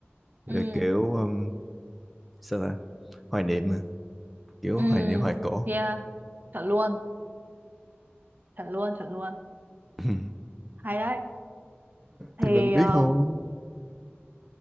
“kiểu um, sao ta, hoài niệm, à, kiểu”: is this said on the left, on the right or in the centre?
Centre